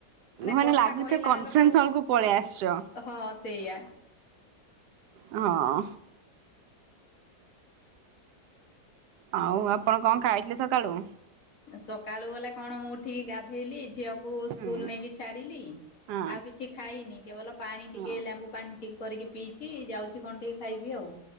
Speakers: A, on the right; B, on the left.
A: ମାନେ
B: କଥା
A: ଲାଗୁଥ
B: କହିଲା
A: କନଫରେନ୍ସ
B: ଲୋକ
A: ହଲ କୁ ପଳେଇ ଆସିଛ।
B: ହଁ ସେଇଆ।
A: ହଁ। ଆଉ ଆପଣ କଣ ଖାଇଥିଲେ ସକାଳୁ?
B: ସକାଳୁ ବଲେ କଣ ମୁଁ ଉଠିକି ଗାଧେଇଲି, ଝିଅକୁ
A: ହୁଁ
B: ସ୍କୁଲ ନେଇକି ଛାଡିଲି।
A: ହଁ
B: ଆଉ କିଛି ଖାଇନି, କେବଲ ପାଣି
A: ହଁ।
B: ଟିକେ ଲେମ୍ବୁ ପାଣି ଟିକେ କରିକି ପିଇଛି, ଯାଉଛି କଣ ଟିକେ ଖାଇବି ଆଉ।